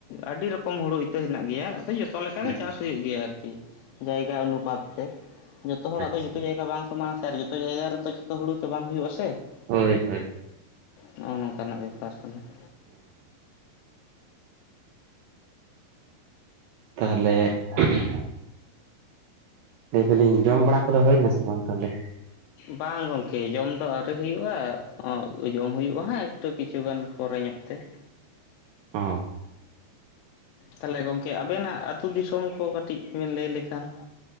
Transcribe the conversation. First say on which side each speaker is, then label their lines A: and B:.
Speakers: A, on the left (about 85°); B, on the right (about 80°).
A: ᱟᱹᱰᱤ ᱨᱚᱠᱚᱢ ᱦᱩᱲᱩ ᱤᱛᱟᱹ ᱦᱮᱱᱟᱜ ᱜᱮᱭᱟ ᱾ ᱡᱚᱛᱚᱠᱟᱜ
B: ᱦᱮᱸ
A: ᱜᱮ ᱪᱟᱥ ᱦᱩᱭᱩᱜ ᱜᱮᱭᱟ ᱟᱨᱠᱤ ᱾ ᱡᱟᱭᱜᱟ ᱟᱱᱩᱯᱟᱛ ᱛᱮ ᱾ ᱡᱚᱛᱚ ᱦᱚᱲᱟᱜ
B: ᱟᱪᱪᱷᱟ
A: ᱫᱚ ᱡᱚᱛᱚ ᱡᱟᱭᱜᱟ ᱵᱟᱝ ᱥᱚᱢᱟᱱᱟ ᱥᱮ, ᱟᱨ ᱡᱚᱛᱚ ᱡᱟᱭᱜᱟ ᱨᱮᱫᱚ ᱡᱚᱛᱚ ᱦᱩᱲᱩ ᱛᱚ ᱵᱟᱝ ᱦᱩᱭᱩᱜᱼᱟ ᱥᱮ ᱾
B: ᱦᱳᱭ ᱦᱳᱭ
A: ᱱᱚᱜᱼᱚᱭ ᱱᱚᱝᱠᱟᱱᱟᱜ ᱵᱮᱯᱟᱨ ᱠᱟᱱᱟ ᱾
B: <inaudible> ᱛᱟᱦᱚᱞᱮ <unintelligible> ᱞᱟᱹᱭ ᱫᱟᱞᱤᱧ ᱡᱚᱢ ᱵᱟᱲᱟ ᱠᱚᱫᱚ ᱦᱩᱭᱱᱟᱥᱮ ᱵᱟᱝ ᱛᱟᱦᱚᱞᱮ?
A: ᱵᱟᱝ ᱜᱚᱝᱠᱮ ᱡᱚᱢ ᱫᱚ ᱟᱹᱣᱨᱤ ᱦᱩᱭᱩᱜᱼᱟ, ᱡᱚᱢ ᱦᱩᱭᱩᱜᱼᱟ ᱦᱟᱜᱸ ᱛᱚ ᱠᱤᱪᱷᱩᱩᱜᱟᱱ ᱯᱚᱨᱮ ᱧᱚᱜ ᱛᱮ ᱾
B: <unintelligible>
A: ᱛᱟᱦᱞᱮ ᱜᱚᱝᱠᱮ ᱟᱵᱮᱱᱟᱜ ᱟᱹᱛᱩ ᱫᱤᱥᱚᱢ ᱠᱚ ᱠᱟᱹᱴᱤᱡ ᱵᱮᱱ ᱞᱟᱹᱭ ᱞᱮᱠᱷᱟᱱ?